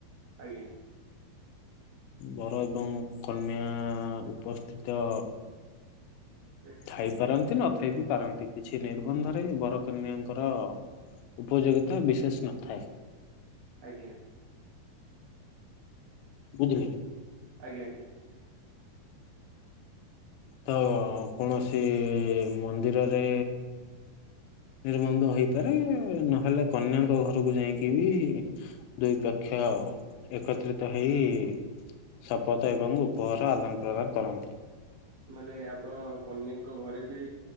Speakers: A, on the right; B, on the left.
A: ଆଜ୍ଞା।
B: ବର ଏବଂ କନ୍ୟା ଉପସ୍ଥିତ
A: ଆଜ୍ଞା।
B: ଥାଇ ପାରନ୍ତି, ନଥାଇ ବିି ପାରନ୍ତି, କିଛି ନିର୍ବନ୍ଧରେ ବରକନ୍ୟାଙ୍କର ଉପଯୋଗିତା, ବିଶେଷ ନଥାଏ।
A: ଆଜ୍ଞା।
B: ବୁଝିଲି।
A: ଆଜ୍ଞା, ଆଜ୍ଞା।
B: ତ, କୌଣସି ମନ୍ଦିରରେ ନିର୍ବନ୍ଧ ହେଇପାରେ ନହେଲେ କନ୍ୟାଙ୍କ ଘରକୁ ଯାଇକି ବି ଦୁଇ ପକ୍ଷ ଏକତ୍ରିତ ହେଇ ଶପଥ ଏବଂ ଉପହାର ଆଦାନ ପ୍ରଦାନ କରନ୍ତି।
A: ମାନେ ଆପଣ କନ୍ୟାଙ୍କ ଘରେ ବି